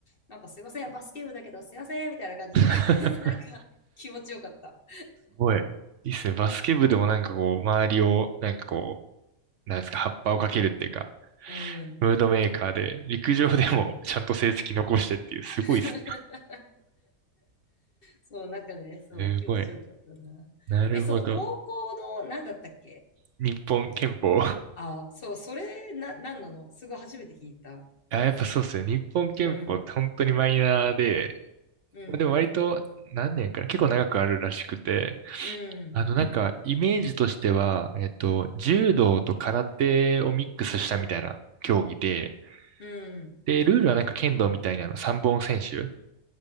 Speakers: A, on the left (about 45°); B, on the right (about 65°).
A: なんかすいません、バスケ部だけどすいません、みたいな感じで
B: <laughs>
A: <laughs> なんか気持ちよかった。
B: ごい。いいっすね。バスケ部でもなんかこう、周りを、なんかこう、なんですか、葉っぱをかけるっていうか、
A: うん、
B: ムードメーカーで、陸上でも
A: うん。
B: <laughs> ちゃんと成績残してっていう、すごいっす
A: <laughs> そう、なんかね、そう、
B: ね。
A: 気持ちよかったな。
B: すごい。なるほど。
A: え、その高校の、なんだったっけ
B: 日本憲法。<laughs>
A: あ、そう、それ、な、なんなのすごい初めて聞いた。
B: あ、やっぱそうっすね。日本憲法って本当にマイナーで、
A: うん、うん、
B: でも割と何年かな、結構長くあるらしくて、
A: うん、
B: あのなんかイメージとしては、えっと、柔道と空手をミックスしたみたいな競技で、
A: うん、
B: で、ルールはなんか剣道みたいなの3本選手